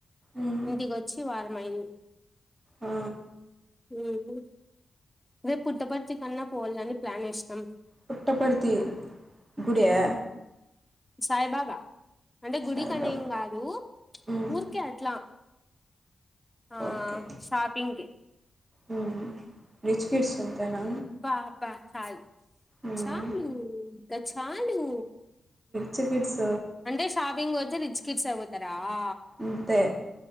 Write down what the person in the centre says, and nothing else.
ఇంటికొచ్చి వారం అయింది.
ఉహు రేపు పుట్టపర్తి కన్నా పోవాలని ప్లాన్ వేసాం.
సాయిబాబా అంటే గుడికనేం
కాదు
ఊరికే అట్లా ఆ
షాపింగ్ కి
బా బా చాలు
చాలు గా చాలు
అంటే షాపింగ్ వస్త రిచ్ కిట్స్గతారా ఆ